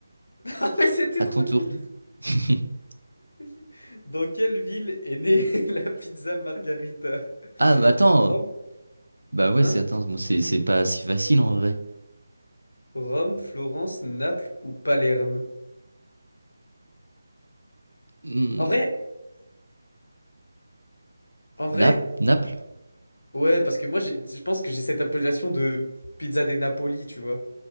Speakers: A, on the left; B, on the right.
A: Ah mais c'était
B: À
A: trop
B: ton tour.
A: nul.
B: <laughs>
A: Ok. Dans quelle ville est née <laughs> la pizza Margarita?
B: Ah, bah attends.
A: Rome?
B: Bah ouais,
A: Hein?
B: c'est attends, moi, c'est c'est pas si facile en vrai.
A: Rome, Florence, Naples ou Palerme?
B: Hmm,
A: En vrai, en vrai,
B: Nap Naples?
A: ouais, parce que moi, j'ai- je pense que j'ai cette appellation de pizza des Napoli, tu vois.